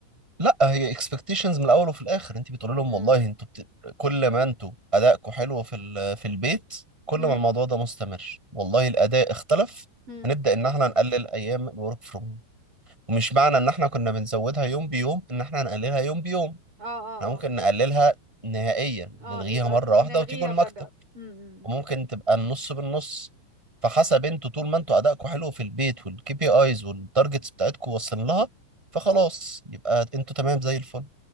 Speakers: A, in the centre; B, on the right (about 25°).
A: لا هي اكسبكتيشنز من الاول وفي الاخر انت بتقول لهم
B: امم
A: والله انتوا بت... كل ما انتوا ادائكم حلو في ال... في البيت كل
B: امم
A: ما الموضوع ده مستمر والله الاداء اختلف
B: امم
A: هنبدا ان احنا نقلل ايام الورك فروم هوم ومش معنى ان احنا كنا بنزودها يوم بيوم ان احنا هنقللها يوم بيوم
B: اه اه
A: احنا ممكن نقللها نهائيا
B: اه
A: نلغيها
B: اه يبقى
A: مرة
B: نلغيها
A: واحدة وتيجوا المكتب
B: فجاه امم
A: وممكن تبقى النص بالنص فحسب انتوا طول ما انتوا ادائكم حلو في البيت والكي بي ايز والتارجتس بتاعتكم واصلين لها فخلاص يبقى انتوا تمام زي الفل